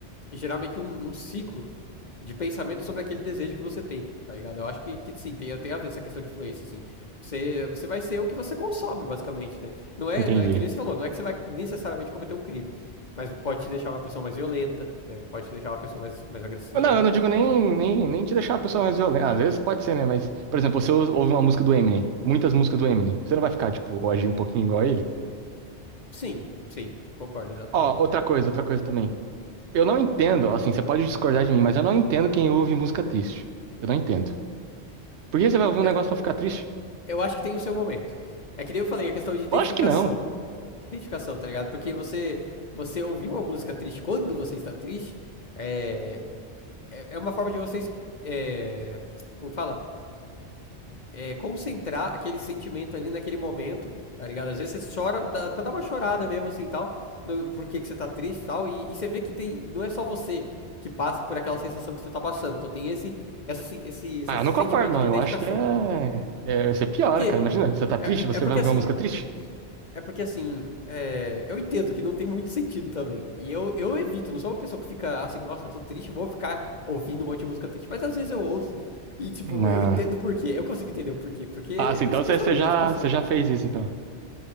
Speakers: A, on the left; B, on the right.
A: gerar meio que um, um ciclo de pensamento sobre aquele desejo que você tem, tá ligado? Eu acho que, que sim, tem, tem a ver essa questão de influência, assim. Você, você vai ser o que você consome, basicamente, né? Não é,
B: Entendi.
A: não é que nem você falou, não é que você vai necessariamente cometer um crime. Mas pode te deixar uma pessoa mais violenta, né? Pode te deixar uma pessoa mais, mais agressiva.
B: Não, eu não digo nem, nem, nem te deixar uma pessoa mais violenta. Às vezes pode ser, né? Mas, por exemplo, você ou- ouve uma música do Eminem, muitas músicas do Eminem. Você não vai ficar, tipo, ou agir um pouquinho igual a ele?
A: Sim, sim, eu concordo, exatamente.
B: Ó, outra coisa, outra coisa também. Eu não entendo, assim, você pode discordar de mim, mas eu não entendo quem ouve música triste. Eu não entendo. Por que você vai ouvir um
A: Eu,
B: negócio pra ficar triste?
A: eu acho que tem o seu momento. É que nem eu falei, a questão de identificação.
B: Lógico que não.
A: Identificação, tá ligado? Porque você, você ouvir uma música triste quando você está triste é, é, é uma forma de vocês. É, como fala? é, concentrar aquele sentimento ali naquele momento, tá ligado? Às vezes você chora dá, pra dar uma chorada mesmo, assim, tal, no, por que que você tá triste tal, e tal, e você vê que tem, não é só você que passa por aquela sensação que você tá passando, então tem esse, essa, esse, esse
B: Ah,
A: sentimento
B: eu não concordo, não.
A: de
B: Eu
A: identificação.
B: acho que é. é você piora,
A: Porque,
B: cara. Imagina, você tá triste,
A: é,
B: você
A: é porque
B: vai ouvir
A: assim,
B: uma música triste?
A: é porque assim, é, eu entendo que não tem muito sentido também, e eu, eu evito, não sou uma pessoa que fica assim, nossa, eu tô triste, vou ficar ouvindo um monte de música triste, mas às vezes eu ouço, e, tipo,
B: Não.
A: eu entendo por quê. Eu consigo entender o porquê. Porque é
B: Ah, assim, então
A: essa
B: você,
A: questão
B: você
A: de
B: já,
A: dedicação.
B: você já fez isso, então.